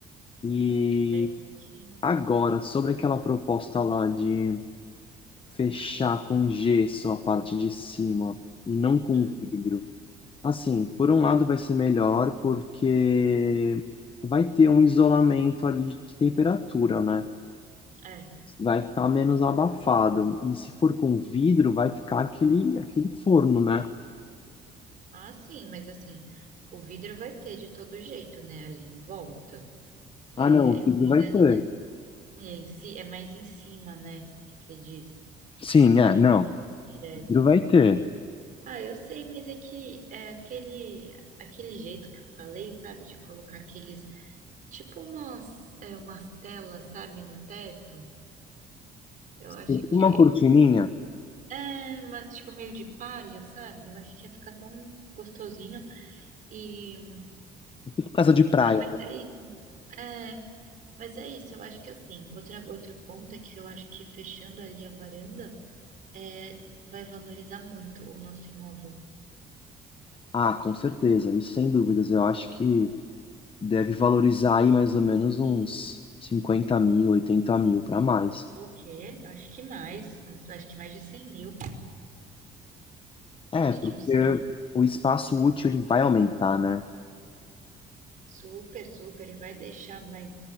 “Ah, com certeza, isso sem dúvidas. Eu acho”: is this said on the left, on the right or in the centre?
Left